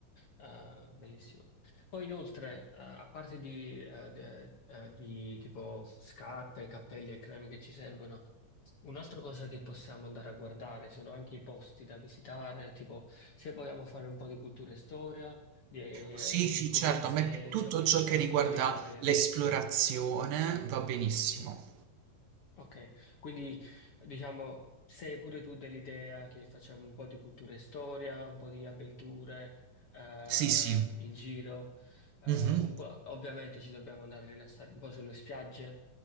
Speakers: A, on the left; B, on the right.
A: eh, bellissimo. Poi inoltre, eh, a parte di, eh, de- eh, di tipo scarpe, cappelli e creme che ci servono, un'altra cosa che possiamo andare a guardare sono anche i posti da visitare, tipo se vogliamo fare un po' di cultura e storia, di, eh,
B: Sì,
A: di
B: sì,
A: esperienze,
B: certo, a me
A: diciamo,
B: tutto
A: sul
B: ciò
A: posto
B: che riguarda
A: culinarie.
B: l'esplorazione va benissimo.
A: Ok, quindi diciamo sei pure tu dell'idea che facciamo un po' di cultura e storia, un po' di avventure eh,
B: Sì, sì.
A: in giro, eh,
B: Mhm.
A: un po', ovviamente ci dobbiamo andare a rilassare un po' sulle spiagge,